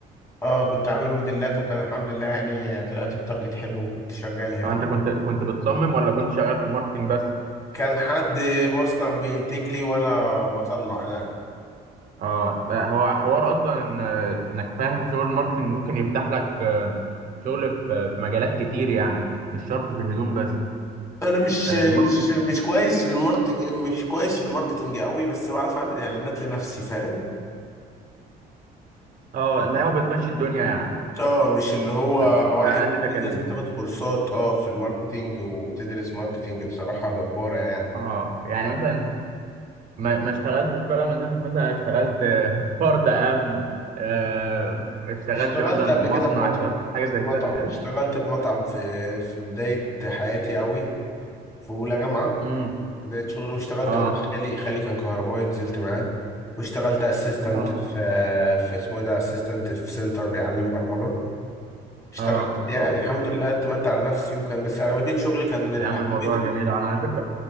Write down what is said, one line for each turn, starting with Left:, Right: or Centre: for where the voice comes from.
Left: اه كنت عامل موديلات وكان الحمد لله يعني طلعت التارجت حلو وكنت شغال يعني
Right: اه انت كنت كنت بتصمم ولا كنت شغال في الماركتينج بس
Left: كان حد مصنع بينتج لي وانا بطلع يعني
Right: اه بقى هو حوار اصلا ان انك فاهم في شغل الماركتينج ممكن يفتح لك آه، شغل في في مجالات كتير يعني مش شرط في الهدوم بس
Left: انا مش
Right: آه، الماركتينج
Left: مش مش كويس في الماركت مش كويس في الماركتنج قوي بس بعرف اعمل اعلانات لنفسي فاهم
Right: اه اللي هو بتمشي الدنيا يعني
Left: اه مش اللي هو
Right: آه، بأقل
Left: واحد
Right: تكاليف
Left: في ناس بتاخد كورسات اه في الماركتينج وبتدرس ماركتينج بصراحة جبارة يعني
Right: اه يعني مثلا ما ما اشتغلتش بقى ما نزلتش مثلا اشتغلت <laughs> آه، فرد امن آه، اشتغلت
Left: اشتغلت
Right: مثلا
Left: قبل
Right: في مصنع
Left: كده في مطعم
Right: اشتغلت في حاجه
Left: في
Right: زي كده
Left: مطعم
Right: قبل كده
Left: اشتغلت في مطعم في في بداية حياتي قوي في أولى جامعة
Right: امم
Left: بداية شغلي واشتغلت
Right: اه
Left: مع خالي خالي كان كهربائي نزلت معاه واشتغلت اسيستنت
Right: اه
Left: في في اسمه إيه ده اسيستنت في سنتر بيعلم برمجة اشتغلت
Right: اه
Left: يعني الحمد لله اعتمدت على نفسي وكان بس اغلبيه شغلي كان اللي
Right: يعمل
Left: حبيته
Right: الموضوع جميل انا على فكره